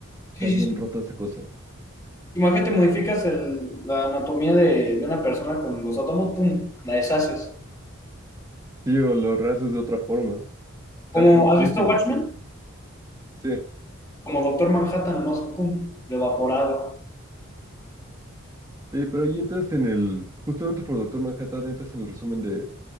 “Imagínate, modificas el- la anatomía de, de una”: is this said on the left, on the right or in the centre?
Left